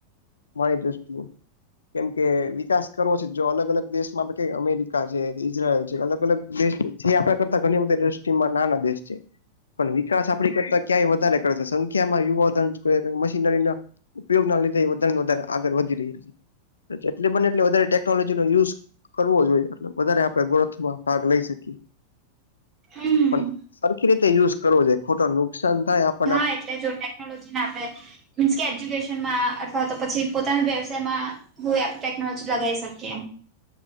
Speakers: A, on the left; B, on the right.
A: મારી દૃષ્ટિએ. કેમ કે વિકાસ કરવો છે, જો અલગ અલગ દેશમાં અમેરિકા છે, ઈઝરાયલ છે, અલગ અલગ દેશ છે. જે આપણા કરતા ઘણી બધા ઇન્ડસ્ટ્રીમાં નાના દેશ છે. પણ વિકાસ આપડી કરતા ક્યાંય વધારે કરે છે, સંખ્યા માં યુવાધન મશીનરી ના. ઉપયોગ ના લીધે, વધારે ને વધારે આગળ વધી રહ્યા છે, જેટ બને, એટલે વધ ટેકનોલોજી નો યુઝ કરવો જોઈએ, એટલે વધારે આપડે ગ્રોથમાં ભાગ લઈ શકીએ.
B: હમ
A: પણ સરખી રીતે યુઝ કરવો જોઈએ, ખોટો નુકસાન થાય, આપ
B: હા, એટલે જો ટેકનોલોજીને આપડે. મીન્સ કે, એજ્યુકેશનમાં અથવા તો પછી પોતાના વ્યવસાયમાં. હોય, આપણે ટેક્નોલોજી લગાવી શકીએ.